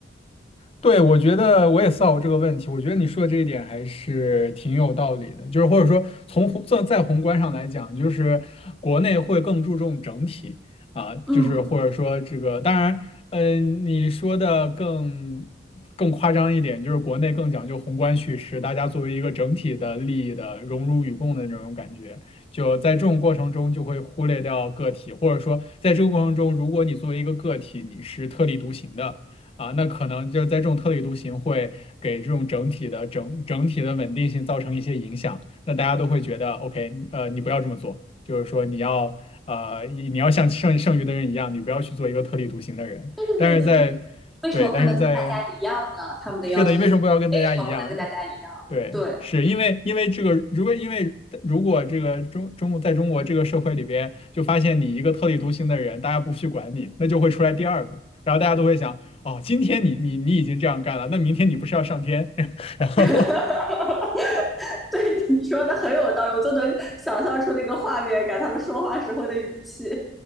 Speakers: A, on the left; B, in the centre.
A: 对，我觉得我也思考过这个问题。我觉得你说的这一点还是挺有道理的，就是或者说从宏在再宏观上来讲，就是国内会更注重整体啊，
B: 嗯，
A: 就是或者说这个，当然，嗯、你说的更更夸张一点，就是国内更讲究宏观叙事，大家作为一个整体的利益的荣辱与共的这种感觉，就在这种过程中就会忽略掉个体，或者说在这个过程中，如果你作为一个个体，你是特立独行的。啊，那可能就是在这种特立独行会给这种整体的整整体的稳定性造成一些影响，那大家都会觉得，OK，呃，你不要这么做，就是说你要呃，你你要像剩剩余的人一样，你不要去做一个特立独行的人。
B: 对对对对对，
A: 但是在
B: 就是为什么不能跟大家一样呢？
A: 对，但是在
B: 他们的要求就是为什么不能跟大家一样？
A: 是的，你为什么不要跟大家一样？对，
B: 对，
A: 是因为因为这个，如果因为如果这个中中国在中国这个社会里边，就发现你一个特立独行的人，大家不去管你，那就会出来第二个，然后大家都会想，哦，今天你你你已经这样干了，那明天你不是要上天？<laughs> 然后
B: <laughs> 对，你说的很有道理，我都能想象出那个画面感，他们说话时候的语气。